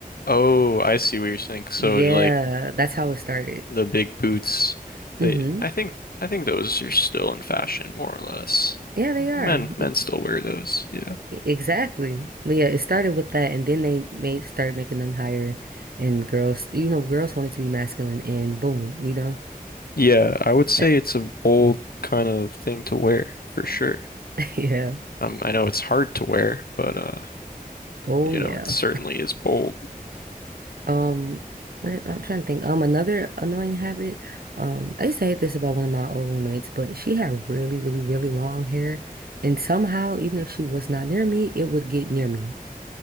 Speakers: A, on the left; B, on the right.
A: Oh, I see what you're saying. So
B: Yeah,
A: like
B: that's how it started.
A: the big boots, they
B: hmm
A: I think I think those are still in fashion more or less.
B: Yeah, they are.
A: Men
B: But
A: men still wear those. Yeah.
B: E- Exactly. But yeah, it started with that, and then they made start making them higher, and girls, you know, girls wanted to be masculine, and boom, you know,
A: Yeah, I would say
B: that,
A: it's a bold kind of thing to wear for sure.
B: <laughs> yeah,
A: Um, I know it's hard to wear, but uh,
B: oh
A: you
B: yeah.
A: know, it certainly is bold.
B: Um, let- I'm trying to think. Um, another annoying habit. Um, I used to hate this about one of my old roommates, but she had really, really, really long hair, and somehow, even if she was not near me, it would get near me,